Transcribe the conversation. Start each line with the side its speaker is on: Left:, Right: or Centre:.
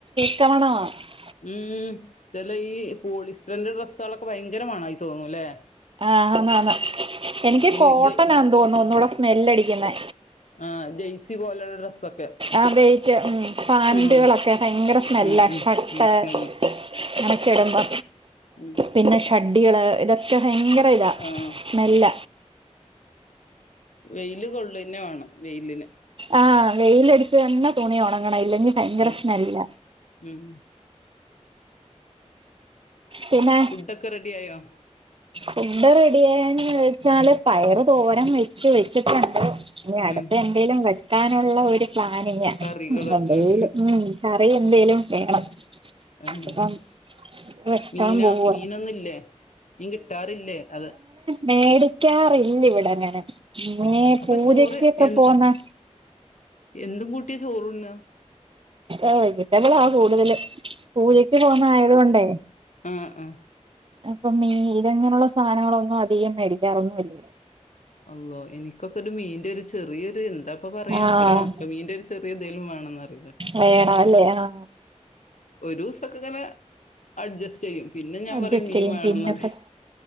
Right: <unintelligible>
Left: ഉം ചില ഈ പോളിസ്റ്ററിന്റെ ഡ്രസ്സകളൊക്കെ ഭയങ്കര മണായി തോന്നൂല്ലെ?
Right: ആഹ്ന്നാ എനിക്ക്
Left: ഈ
Right: കോട്ടനാ
Left: ജ
Right: തോന്നുന്നു ഒന്നുകൂടെ സമ്മേല്ല അടികുന്നെ.
Left: ആ ജെയ്സി പോലെയുള്ള ഡ്രസ്സൊക്കെ.
Right: ആ വെയിറ്റ് പൻറ്റുകളൊക്കെ
Left: ഉം
Right: ഭയങ്കര സ്മെല്ലാണ്
Left: ഉം ഉം
Right: ഷ
Left: ഉം
Right: ഹ്
Left: സ്മെല്ല്
Right: മറിച്ചിടുമ്പോ
Left: ഉം
Right: പിന്നെ ഷഡ്ഡികള് ഇതൊ ഒക്കെ ഭയങ്കര ഇതാണ്
Left: ആഹ്
Right: സ്മെല്ല
Left: വെയിൽ കൊള്ളന്നെ വേണം വെയിൽ.
Right: ആഹ് വെയിൽ അടിച്ച് തന്നെ തുണി ഉണങ്ങണം ഇല്ലെങ്കി ഭയങ്കര
Left: ഉം
Right: സ്മെല്ല.
Left: ഉം
Right: പിന്നെ
Left: ഫുഡൊക്കെ റെഡി ആയോ?
Right: ഫുട്ട്. റെഡി ആായന്ന് വെച്ചാല് പയറ് തോരൻ വെച്ച്. വെച്ചിട്ടുണ്ട് ഇനി അടുത്ത
Left: ഉം
Right: എന്തെലും വെക്കാനുള്ള ഒരു പ്ലാനിങ്ങ.
Left: കറികള്
Right: എന്തേലും.
Left: ഉം
Right: ഉം. ആ അത്ര <unintelligible> എന്തെേലും വേണം
Left: ആ <unintelligible>
Right: അപ്പം വെക്കാൻ
Left: മീനോ..
Right: പോവാ
Left: ജീനൊന്നുല്ലേ. മീൻ കിട്ടാറില്ലേ അത്.
Right: മേടിക്കാറില്ലവിഅങ്ങനെ മ്മേ.
Left: അപ്പൊ
Right: പൂജക്കൊക്കെ.
Left: ചോറ് എ
Right: പോന്നേ
Left: എന്തും കൂട്ടിയാ ചോറുണ്ണ
Right: അ വെജിറ്റബിള. ആ കൂടുതൽ പൂജക്ക് പോുന്ന ആയതൊണ്ടേ
Left: ആഹ, ആ,
Right: അപ്പം മീല ങ്ങനെയുള്ള സാനങ്ങളൊന്നും. അധികം മേടിക്കാറൊന്നും. ഇല്ല
Left: അള്ളോ. എനിക്ക് ക്കൊക്കെരു മീന്റെ ഒരു ചെറിയത് എന്താപ്പ പറയാ
Right: ആഹ്
Left: ഒരു ഉണക്ക മീൻന്റെ ഒരു സെറിയതേലും വേണന്ന്. അറിക
Right: വേറാഅല്ലേ. ആഹ
Left: ഒരുസൊക്കെ. ഇങ്ങനെ അഡ്ജസ്റ്റ് ചെയ്യും പിന്നെ ഞാൻ
Right: അഡ്ജസ്റ്റ്
Left: പറയും മീൻ
Right: ചെയ്യും
Left: മാണെന്ന്
Right: പിന്നെ
Left: <unintelligible>
Right: പ്പ